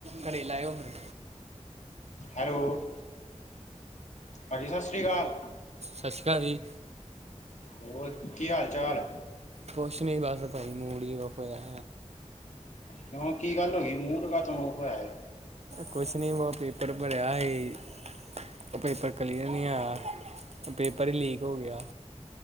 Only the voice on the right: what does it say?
ਘੜੇ ਲਾਏਓ ਫੇਰ।
ਸਸ ਸ਼੍ਰੀ ਕਾਲ ਵੀ।
ਕੁਛ ਨਹੀਂ ਬਸ ਭਾਈ ਮੂੜ ਹੀ ਔਫ ਹੋਇਆ।
ਕੁਛ ਨੀ ਵੋ ਪੇਪਰ ਭਰਿਆ ਈ। ਉਹ ਪੇਪਰ ਕਲੀਅਰ ਨੀ ਆਇਆ। ਉਹ ਪੇਪਰ ਈ ਲੀਕ ਹੋ ਗਿਆ।